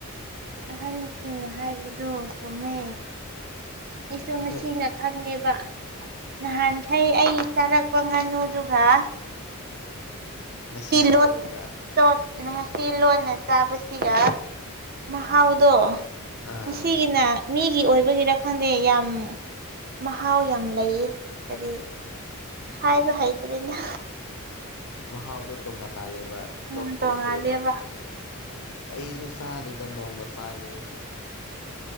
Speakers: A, on the right; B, on the left.
A: ꯑꯍꯟꯁꯤꯡꯅ ꯍꯥꯏꯕꯗꯣ ꯆꯨꯝꯃꯦ ꯑꯩꯁꯨ
B: ꯑꯩꯈꯣꯏ
A: ꯉꯅ ꯈꯪꯉꯦꯕ ꯅꯍꯥꯟ ꯍꯩ ꯑꯩ ꯆꯥꯔꯛꯄ ꯉꯥꯅꯨꯗꯨꯒ
B: ꯉꯁꯤ
A: ꯀꯤꯂꯣ
B: ꯆꯥꯕꯒ
A: ꯪ ꯉꯁꯤ ꯂꯣꯟꯅ ꯆꯥꯕꯁꯤꯒ ꯃꯍꯥꯎꯗꯣ
B: ꯑꯥ
A: ꯉꯁꯤꯒꯤꯅ ꯃꯤꯒꯤ ꯑꯣꯏꯕꯒꯤꯔ ꯈꯪꯗꯦ ꯌꯥꯝ ꯃꯍꯥꯎ ꯌꯥꯝ ꯂꯩꯌꯦ ꯀꯔꯤ ꯍꯥꯏꯕ ꯍꯩꯇ꯭ꯔꯦꯅ
B: ꯃꯍꯥꯎꯗꯣ ꯇꯣꯡꯉꯥꯜꯂꯦꯕ
A: ꯌꯥꯝ
B: ꯇꯣꯞ ꯇꯣꯞꯄꯦꯕ
A: ꯇꯣꯡꯉꯥꯜꯂꯦꯕ
B: ꯑꯩꯁꯨ ꯆꯥꯔꯤꯗ ꯅꯣꯡꯃ ꯆꯥꯒꯦ ꯑꯩꯁꯨ